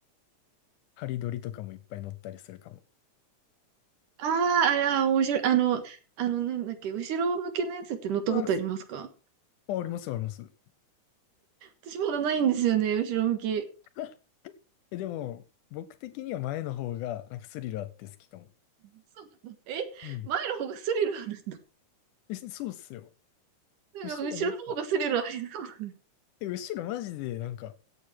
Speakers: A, on the left; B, on the right.
A: ハリドリとかもいっぱい乗ったりするかも。
B: ああー、あら、面白い。あの、あの、なんだっけ、後ろ向きのやつって乗ったことありますか
A: あ、すあ、ありますあります。
B: 私まだないんですよね、後ろ向き。
A: <laughs> え、でも、僕的には前の方が、なんかスリルあって好きかも。
B: <laughs> そうなんだ。え前の方がスリルある。
A: うん。え、そそうっすよ。
B: なんか後ろの方がスリルありそう。
A: 後ろなんか、
B: そ
A: え、後ろマジでなんか、